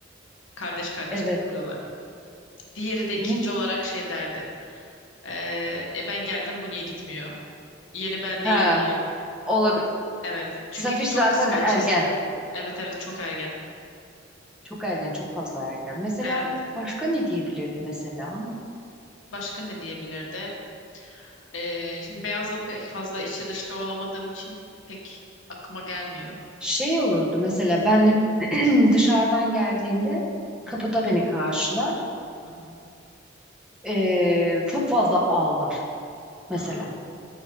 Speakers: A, on the left; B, in the centre.
A: Kardeş kardeş
B: Evet.
A: takılıyorlar. Diğeri de ikinci
B: Ne-
A: olarak şey derdi. "Ee, e ben geldim bu niye gitmiyor? Yeni ben değil
B: Ha,
A: miyim?
B: olabilir.
A: Evet. Çünkü
B: Safiş
A: çok
B: zaten
A: kıskanç
B: ergen.
A: ikisi de. Evet evet çok ergen.
B: Çok ergen. Çok fazla ergen. Mesela
A: Evet.
B: başka ne diyebilirdi mesela?
A: Başka ne diyebilirdi? Ee, şimdi beyazla pek fazla içi dışta olamadığım için pek aklıma gelmiyor.
B: Şey olurdu mesela ben hep <clears throat> dışarıdan geldiğimde
A: Hı
B: kapıda
A: hı,
B: beni karşılar.
A: hı hı,
B: Ee, çok fazla ağlar mesela.
A: hı.